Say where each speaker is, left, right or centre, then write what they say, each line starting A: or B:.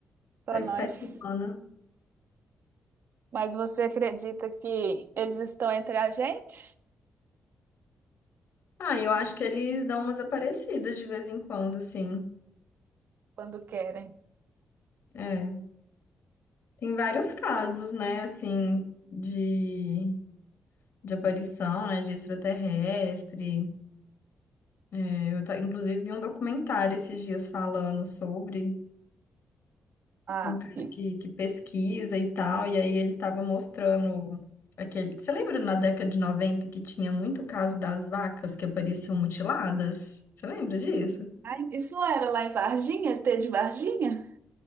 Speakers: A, on the right; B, on the left.
A: Pra
B: a espécie
A: nós.
B: humana.
A: Mas você acredita que eles estão entre a gente
B: Ah, eu acho que eles dão umas aparecidas de vez em quando, assim.
A: quando querem?
B: É. Tem vários casos, né, assim, de, de aparição, né, de extraterrestre. É, Eu, ta- inclusive, vi um documentário esses dias falando sobre.
A: Ah,
B: um cara
A: fi.
B: que, que pesquisa e tal, e aí ele tava mostrando aquele. Você lembra na década de 90 que tinha muito caso das vacas que apareciam mutiladas? Você lembra disso?
A: Ai, isso não era lá em Varginha, T de Varginha?